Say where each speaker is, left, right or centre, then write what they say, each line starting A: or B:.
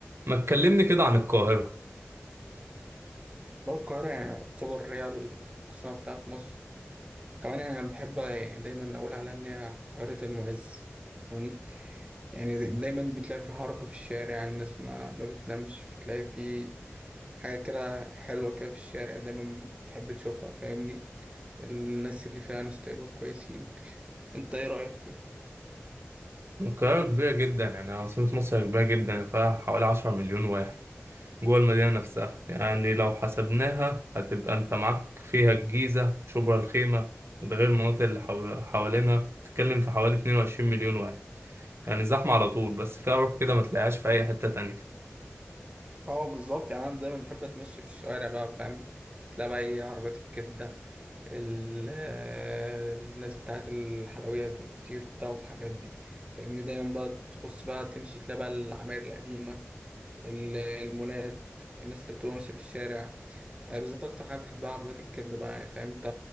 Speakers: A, on the right; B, on the right.
A: ما تكلمني كده عن القاهرة
B: بقى القاهرة يعني تعتبر هي العاصمة بتاعت مصر كمان يعني أنا بحب يعني دايما أقول على إن هي قاهرة المعز تمام؟ يعني دايما بتلاقي في حركة في الشارع يعني الناس ما, ما بتنامش بتلاقي في حاجة كده حلوة كده في الشارع دايما بتحب تشوفها فاهمني الناس اللي فيها ناس طيبة كويسين أنت إيه رأيك فيها؟
A: القاهرة كبيرة جدا يعني عاصمة مصر كبيرة جدا فيها حوالي عشرة مليون واحد جوه المدينة نفسها يعني لو حسبناها هتبقى انت معاك فيها الجيزة شبرا الخيمة وده غير المناطق اللي حول- حوالينها تتكلم في حوالي 22 مليون واحد يعني زحمة على طول بس فيها روح كده ما تلاقيهاش في أي حتة تانية
B: اه بالظبط يعني أنا دايما بحب أتمشى في الشوارع بقى فاهم تلاقي بقى إيه عربيات الكبدة ال- آه، الناس بتاعت الحلويات والفطير بتاع والحاجات دي فاهمني دايما بقى تخص بقى تمشي تلاقي بقى العماير القديمة ال- المولات الناس اللي بتبقى ماشية في الشارع يعني بالذات أكتر حاجة بحبها عربيات الكبدة بقى يعني فاهم أنت